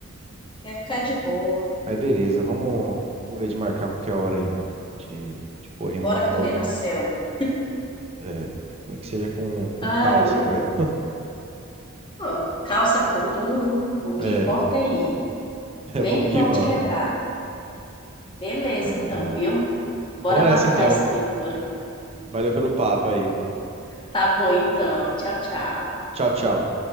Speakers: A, on the left (about 25°); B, on the right (about 30°).
A: Quer ficar de boa.
B: Mas beleza, vamos, vamos ver de marcar qualquer hora aí. De, de correr no
A: Bora
B: mato
A: correr
B: aí.
A: na selva.
B: É, nem que seja com, com
A: Ai,
B: calça,
A: ai.
B: credo.
A: Ó, calça coturno, o que
B: É,
A: importa é ir.
B: <laughs>
A: Nem
B: vamos
A: que
B: que
A: volte
B: vamos.
A: quebrado. Beleza,
B: Maravilha.
A: então, viu? Bora
B: Vou nessa
A: marcar
B: então.
A: essa aventura.
B: Valeu pelo papo aí.
A: Tá bom, então. Tchau, tchau.
B: Tchau, tchau.